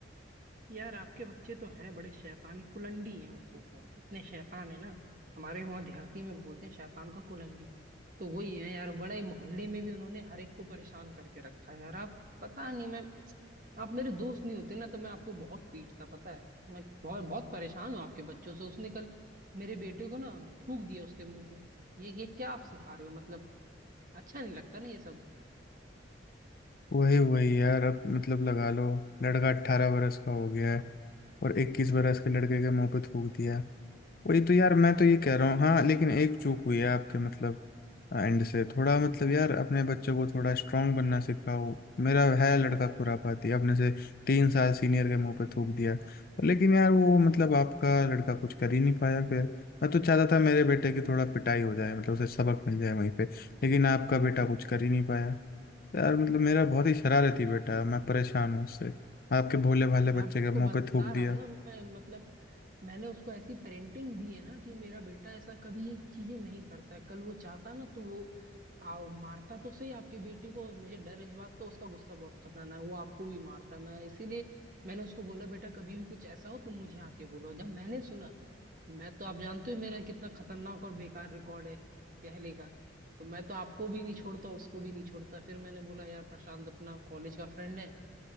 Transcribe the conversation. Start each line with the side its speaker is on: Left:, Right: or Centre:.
Right: यार आपके बच्चे तो हैं बड़े शैतानी कुलंडी हैं वो इतने शैतान है ना हमारे वहाँ देहाती में बोलते हैं शैतान को कुलंडी तो वही है यार बड़ा ही मोहल्ले में भी उन्होंने हर एक को परेशान करके रखा है यार आप पता नहीं मैं आप मेरे दोस्त नहीं होते ना तो मैं आपको बहुत पीटता पता है मैं बहुत बहुत परेशान हूँ आपके बच्चों से उसने कल मेरे बेटे को ना थूक दिया उसके मुंह पे ये ये क्या आप सिखा रहे हो मतलब अच्छा नहीं लगता ना ये सब
Left: वही वही यार अब मतलब लगा लो लड़का अट्ठारह बरस का हो गया है और इक्कीस बरस के लड़के के मुंह पे थूक दिया वही तो यार मैं तो ये कह रहा हूँ हाँ लेकिन एक चूक हुई है आपके मतलब एंड से थोड़ा मतलब यार अपने बच्चों को थोड़ा स्ट्रांग बनना सिखाओ मेरा है लड़का खुरापाती अपने से तीन साल सीनियर के मुंह पे थूक दिया लेकिन यार वो मतलब आपका लड़का कुछ कर ही नहीं पाया फिर मैं तो चाहता था मेरे बेटे की थोड़ा पिटाई हो जाए मतलब उसे सबक मिल जाए वहीं पे लेकिन आपका बेटा कुछ कर ही नहीं पाया यार मतलब मेरा बहुत ही शरारती बेटा है मैं परेशान हूँ उससे आपके भोले भाले
Right: मैं
Left: बच्चे
Right: आपको
Left: के मुंह
Right: बता
Left: पे थूक
Right: रहा
Left: दिया
Right: हूँ ना मैं मतलब मैंने उसको ऐसी पेरेंटिंग दी है ना कि मेरा बेटा ऐसा कभी ये चीजें नहीं करता है कल वो चाहता ना तो वो आ, मारता तो सही आपके बेटे को मुझे डर इस बात का उसका गुस्सा बहुत खतरनाक है वो आपको भी मारता है। मैं इसीलिए मैंने उसको बोला बेटा कभी भी कुछ ऐसा हो तुम मुझे आके बोलो जब मैंने सुना मैं तो आप जानते हो मेरा कितना खतरनाक और बेकार रिकॉर्ड है पहले का तो मैं तो आपको भी नहीं छोड़ता उसको भी नहीं छोड़ता फिर मैंने बोला यार प्रशांत अपना कॉलेज का फ्रेंड है